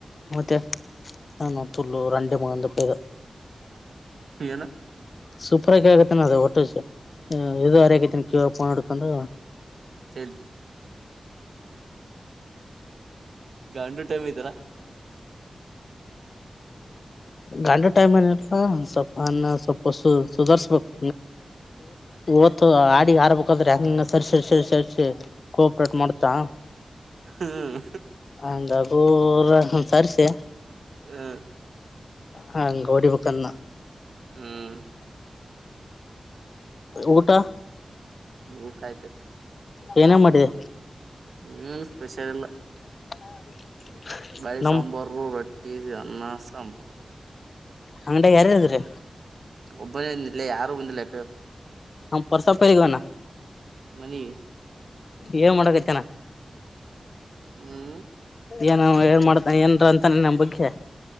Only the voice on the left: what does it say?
ಮತ್ತೆ ನ ಮ ತುಲ್ಲು ರಂಡೇ ಮೂಗೊಂದು ರೂಪಾಯದು
ಸೂಪರ ಆಿ ಆಗತನ ಅದು ಹೊಟ್ಟು ಇದು ಹರಿಕೈತನ ಕ್ಯ ೋನ್ ಹಡ್ಕೊಂಡು
ಗಂಡ ಟೈಮ್ ಏನಲ್ಲ ಸ್ವಲ್ಪ ಅನ್ನ ಸ್ವಲ್ಪ ಹೊಸ ಸುಧಾರ್ಸ್ಬೇಕು ವತ್ತು ಆಡಿ ಆಾರ್ಬೇಕಾದ್ರೆ ಹಂಗ ಸರ್ ಸರಿ ಸ ಸರಿಸಸಿ ಕೋಆಪ್ರೇಟ್ ಮಾಡ್ತಾ
ಹಂಗಾಗು ಸರಿ ಸ
ಹಾಂಗೋಡಿ ಪುಕ್ಕನ್ನ
ಊಟಾ
ಏನೇ ಮಾಡಿದೆ
<inaudible>
ನಮ್
ಅಂಗಡ ಯಾರುಗ್ರ
ಅವ ಪ್ರಸಪ ಯೇಳಿಗ ಹೋಗಾನ್
ಏನ್ ಮಾಡಕತ್ಯಾನಾ
ಏನ ಏನ್ ಮಾಡ್ತಾನ ಏನ್ರ ಅಂತಾನ ನಮ್ಮ ಬಗ್ಗೆ